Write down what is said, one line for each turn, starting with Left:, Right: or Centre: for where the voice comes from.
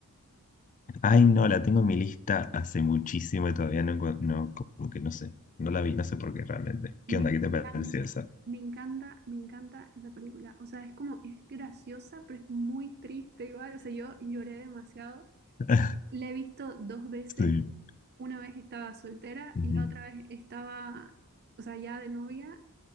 Left: Ay, no, la tengo en mi lista hace muchísimo y todavía no, encu- no, como que no sé, no la vi, no sé por qué realmente. ¿Qué
Right: Me
Left: onda?
Right: encanta,
Left: ¿Qué te pareció esa?
Right: me encanta, me encanta esa película. O sea, es como, es graciosa, pero es muy triste igual. O sea, yo lloré demasiado.
Left: <laughs>
Right: La he visto dos veces.
Left: Sí,
Right: Una vez estaba soltera
Left: ujú,
Right: y la otra vez estaba, o sea, ya de novia.